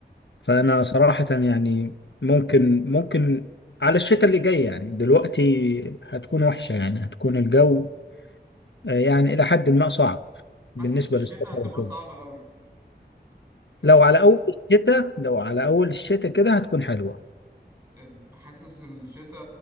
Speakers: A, on the left; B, on the right.
A: فانا صراحة يعني ممكن ممكن على الشتاء اللي جاي يعني دلوقتي هتكون وحشة يعني هتكون الجو آه، يعني الى حد ما صعب بالنسبة
B: حاسس في الشتاء
A: للسفر وكده
B: هتبقى صعبه قوي آه،
A: لو على اول الشتاء لو على اول الشتاء كده هتكون حلوة
B: آه، حاسس الشتاء